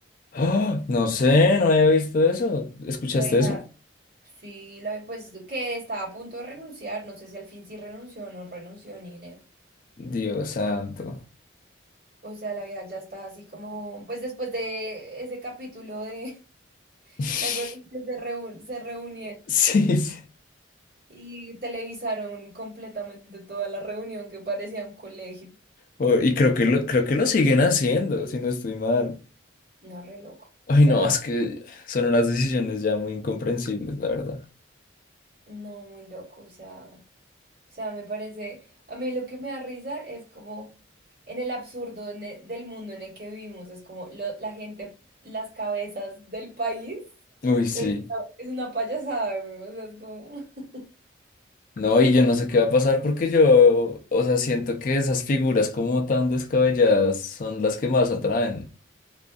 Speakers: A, on the left (about 45°); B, on the right (about 50°).
A: ¡Ah! no sé, no había visto eso. ¿Escuchaste
B: La vieja,
A: eso?
B: sí, la, pues que estaba a punto de renunciar, no sé si al fin sí renunció o no renunció ni idea.
A: Dios santo.
B: O sea, la vieja ya está así como, pues después de ese capítulo de, <laughs>
A: <laughs>
B: ¿te acuerdas que se, reú se reunieron
A: Sí, sí.
B: y televisaron completamente toda la reunión que parecía un colegio?
A: Oh, y creo que lo, creo que lo siguen haciendo, si no estoy mal.
B: No, re loco. O
A: Ay,
B: sea,
A: no, es que son unas decisiones ya muy incomprensibles, la verdad.
B: no muy loco. O sea, o sea, me parece. A mí lo que me da risa es como en el absurdo en el- del mundo en el que vivimos. Es como lo- la gente, las cabezas del país.
A: Uy, sí.
B: Es, es una payasada, güey. O sea, es como. <laughs>
A: No, y yo no sé qué va a pasar porque yo, o sea, siento que esas figuras como tan descabelladas son las que más atraen.